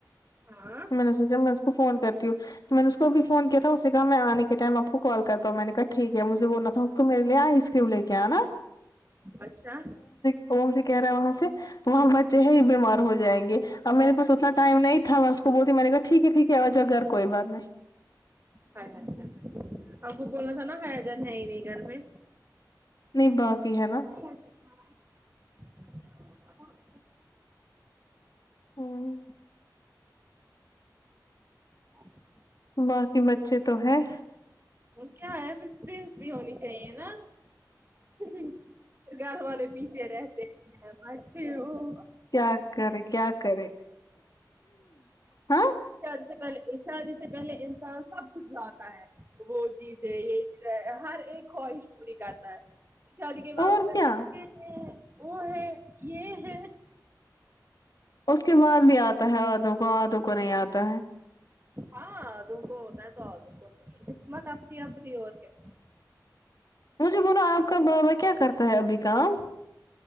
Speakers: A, on the right; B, on the left.
A: ہاں
B: میں نے سوچا میں اس کو فون کرتی ہوں تو میں نے اس کو بھی فون کیا تھا اسے کہ میں آنے کے ٹائم آپ کو کال کرتا ہوں میں نے کہا ٹھیک ہے مجھے وہ نفوف تو میر لے آئس کریم لے کے آ نا
A: اچھا
B: وہم سے کہہ رہا ہے وہاں سے وہاں بچے ہی بیمار ہو جائیں گے اب میرے پا اتنا ٹائم نہیں تھا میں اس کو بولتی میں نے کہا ٹھیک ہے ٹھیک ہے آ جا گھر کوئی بات نہیں
A: ہائے آپ کو بولنا تھا نا ہیاجان ہے ہی نہیں گھر میں
B: نہیں باقی ہےنا
A: <unintelligible> اچھا ہاں باقی
B: ہوں
A: ہاں
B: باقی بچے تو ہیں
A: کیا ہے پھر اسپس بھی ہونی چاہیے نا پھر گھر والے پیچھے رہتے ہیں میں اچچی ہوں
B: کیا کرے کیا کرے ہاں
A: شادی سے پہلے شادی سے پہلے انسان سب کچھ لاتا ہے وہ جی یہ چیزیں ہر ایک خواہش پوری کرتا ہے پ شادی کے بعد
B: اور
A: اسے
B: کیا
A: بچے ہیں وہ ہے یہ ہے
B: اس کے بعد بھی آتا ہے آدھو کو آدھوں کو نہیں آتا ہے
A: ہاں ادو کونا تو ادو کو نہیں قسمت اپنی اپنی اور کیا
B: مجھے بولو آپ کا بابا کیا کرتا ہے ابھی کام